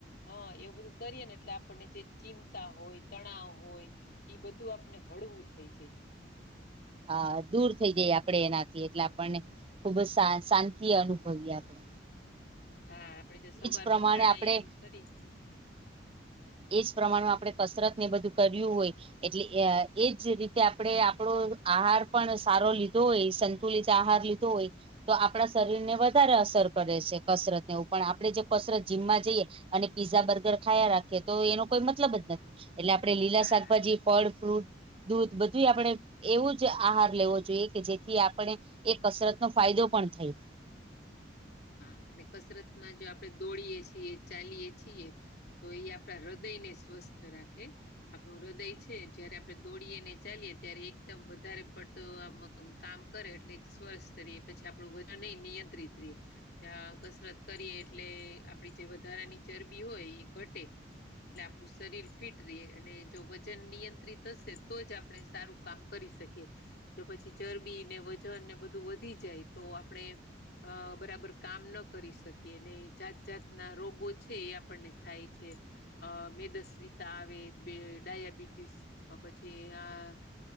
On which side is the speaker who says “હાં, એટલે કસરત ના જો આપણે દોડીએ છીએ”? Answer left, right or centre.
Left